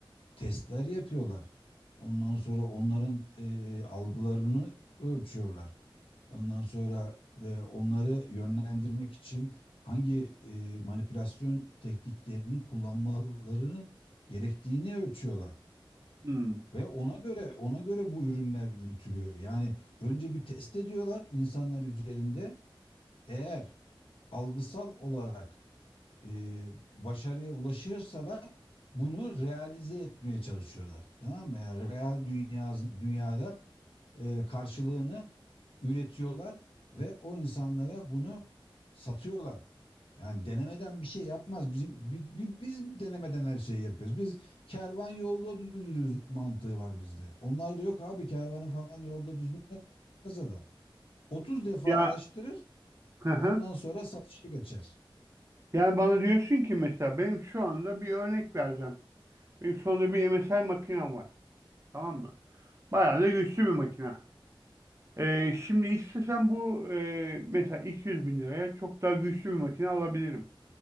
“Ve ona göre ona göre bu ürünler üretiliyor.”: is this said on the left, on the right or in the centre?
Left